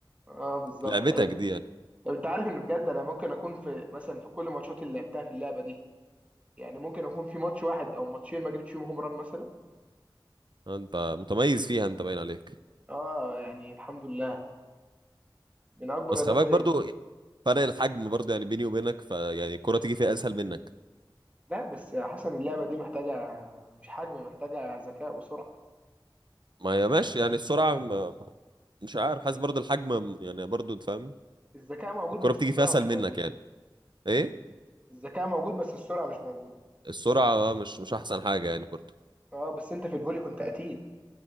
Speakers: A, on the right (about 15°); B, on the right (about 60°).
A: اه بالظبط
B: لعبتك
A: طب انت
B: دي يعني
A: طب انت عارف ان بجد انا ممكن اكون في مثلا في كل ماتشات اللي لعبتها في اللعبه دي يعني ممكن اكون في ماتش واحد او ماتشين ما جبتش فيهم هوم ران مثلا
B: انت متميز فيها انت باين عليك
A: اه يعني الحمد لله من اكبر
B: بس
A: رياضات
B: خلي بالك
A: ليا
B: برضو فرق الحجم برضو يعني بيني وبينك فيعني الكره تيجي فيها اسهل منك
A: لا بس يا حسن اللعبة دي محتاجة مش حجم محتاجة ذكاء وسرعة
B: ما هي ماشي يعني السرعه ما- مش عارف حاسس برضو الحجم يعني برضو انت فاهم
A: الذكاء موجود
B: الكره
A: بس
B: بتيجي
A: السرعة
B: فيها اسهل
A: مش
B: منك
A: موجودة
B: يعني ايه
A: الذكاء موجود بس السرعة مش موجودة
B: السرعه مش مش احسن حاجه يعني برضو
A: اه بس انت في الفولي كنت قتيل